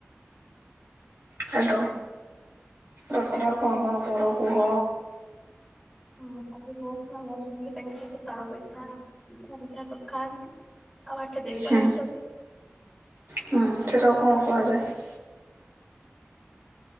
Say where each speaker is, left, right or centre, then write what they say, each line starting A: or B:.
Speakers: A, on the right; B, in the centre.
A: ହ୍ୟାଲୋ ରଥରେ ଆଉ କଣ କଣ କର କୁହ?
B: ହୁଁ ତାପରେ ମାଉସୀ ମାଙ୍କ ଘରେ ଯାଇକି ତାଙ୍କ ସହିତ ପୋଡ଼ ପିଠା ପିଠା ମିଠା ସବୁ ଖାଆନ୍ତି। ଆଉ ଆଠ ଦିନ
A: ହୁଁ
B: ପରେ ଆସନ୍ତି।
A: ହୁଁ ସେଟାକୁ କଣ କୁହାଯାଏ?